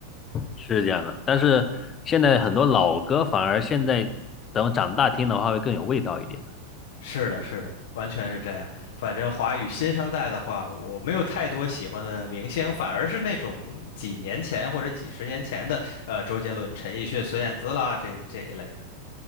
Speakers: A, on the left; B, on the left.
A: 是这样的，但是现在很多老歌反而现在等长大听的话会更有味道一点的。
B: 是的，是的，完全是这样。反正华语新生代的话，我没有太多喜欢的明星，反而是那种几年前或者几十年前的，呃，周杰伦、陈奕迅、孙燕姿啦，这这一类的。